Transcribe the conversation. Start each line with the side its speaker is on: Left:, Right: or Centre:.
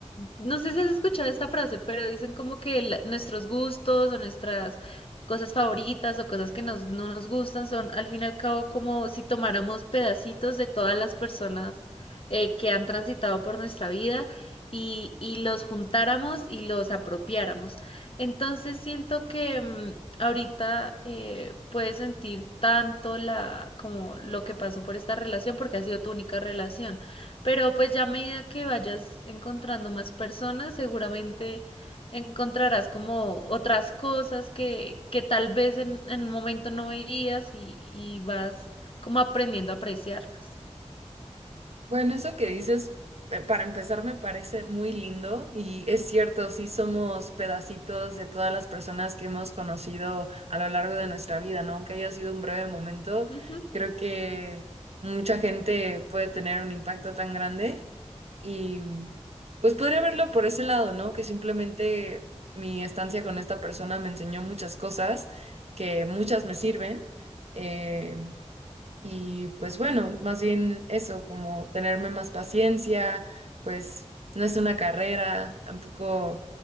Left: no sé si has escuchado esta frase, pero dicen como que la- nuestros gustos o nuestras cosas favoritas o cosas que nos, no nos gustan son al fin y al cabo como si tomáramos pedacitos de todas las personas eh, que han transitado por nuestra vida y, y los juntáramos y los apropiáramos. Entonces siento que mm, ahorita eh, puedes sentir tanto la, como lo que pasó por esta relación porque ha sido tu única relación. Pero pues ya a medida que vayas encontrando más personas, seguramente encontrarás como otras cosas que, que tal vez en, en un momento no veías y, y vas como aprendiendo a apreciarlas.
Right: Bueno, eso que dices, eh, para empezar, me parece muy lindo y es cierto, sí somos pedacitos de todas las personas que hemos conocido a lo largo de nuestra vida, ¿no? Aunque haya sido un breve momento,
Left: Ujú,
Right: creo que mucha gente puede tener un impacto tan grande y pues podría verlo por ese lado, ¿no? Que simplemente mi estancia con esta persona me enseñó muchas cosas que muchas me sirven. eh, y pues bueno, más bien eso, como tenerme más paciencia, pues no es una carrera, tampoco,